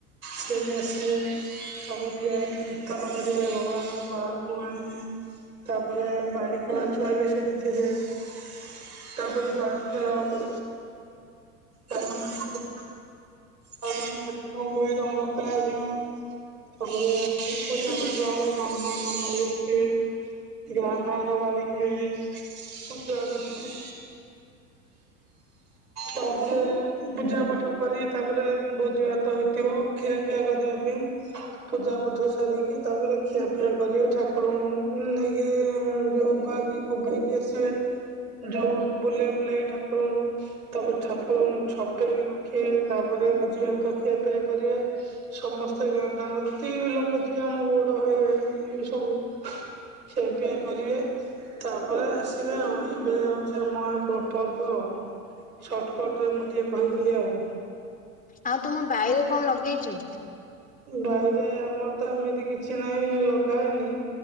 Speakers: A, on the right; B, on the left.
A: ସିଏ ବି ଆସିବେ। ସବୁ ଠିଆ ହେଇକି କୀର୍ତ୍ତନ କରିବେ ଭଗବାନଙ୍କୁ ବାହାରକୁ ଆଣିବେ ତାପରେ ବାଡି ଛୁଆବି ସେଠି ଥିବେ ତାପରେ ବାଡି ଖେଳ ହବ। ହଁ <unintelligible> ତାପରେ ଠାକୁରଙ୍କୁ ବି ରଙ୍ଗ ଖେଳା ଜିବ। ତାପରେ ପୂଜାପାଠ ହବ ବାହାମୁଣ ନନା ବିଆସିବେ। ଗାଁ ଟାଆଙ୍କ ବାରି ଖେଳିକି ପୂଜା କରିବେ। ତାପରେ ପୂଜା ପାଠ କରିକି ତାପରେ ଭୋଜି ଭାତ ହେଇଥିବ। ଖୀଆ ପିଆ କରିବା ପାଇଁ। ପୂଜା ପାଠ ସାରିକି ତାପରେ ଖିଆପିଆ କରିବେ ଠାକୁରଙ୍କୁ ନେଇକି ଯୋଉ ଉଭାକି ଉଭେଇକି ଆସିବେ ଯଉ ବୁଲେଇ ବୁଲାକି ଠାକୁରଙ୍କୁ ତାପରେ ଛାପ ଛପେଇକି ରଖିବେ ତାପରେ ଭୁଜି ଭାତ ଖିଆ ପିଆ କରିବେ। ସମସ୍ତେ ଗାଁଟାଆଙ୍କ ଯେତିକିବି ଲୋକ ଥିବେ ଆମ ଗଉଡ ଭାଇ ଭାଇ ସବୁ ଖିଆପିଆ କରିବେ। ତାପରେ ଆସିବେ ଆଉ ଏଇଭଳିଆ ହଉଛି ଆମ ଗାଁ ପର୍ବ ଆଉ। ସଟକଟରେ ମୁଁ ଟିକେ କହିଦେଲି ଆଉ।
B: ଆଉ ତୁମ ବାଇରେ କଣ ଲଗେଇଛ?
A: ବାଇରେ ଆମର ତ ହେମିତି କିଛି ନାହିଁ ଲଗାହେଇନି